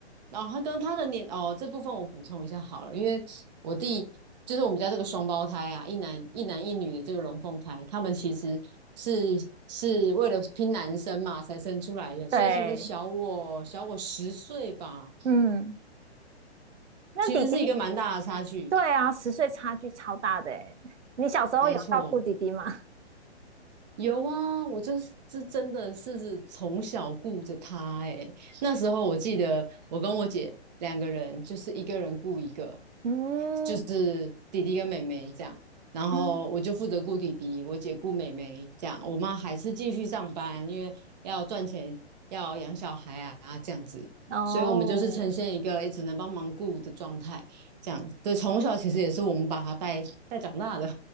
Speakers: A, on the right; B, on the right.
A: 然后、他跟他的年哦这部分我补充一下好了，因为我弟就是我们家这个双胞胎啊，一男一男一女的这个龙凤胎，他们其实是是为了拼男生嘛才生出来的，所以其实小我小我十岁吧，
B: 对，嗯，那弟弟。
A: 其实是一个蛮大的差距。
B: 对啊，十岁差距超大的哎。你小时候有照顾弟弟吗？
A: 没错，有啊，我就是是真的是从小顾着他诶、那时候我记得我跟我姐两个人，就是一个人顾一个，
B: 嗯
A: 就是弟弟跟妹妹这样。然后我就负责顾弟弟，
B: 嗯，
A: 我姐顾妹妹这样。我妈还是继续上班，因为要赚钱，要养小孩啊这样子。
B: 哦，
A: 所以我们就是呈现一个也只能帮忙顾的状态，这样。所以从小其实也是我们把他带带长大的。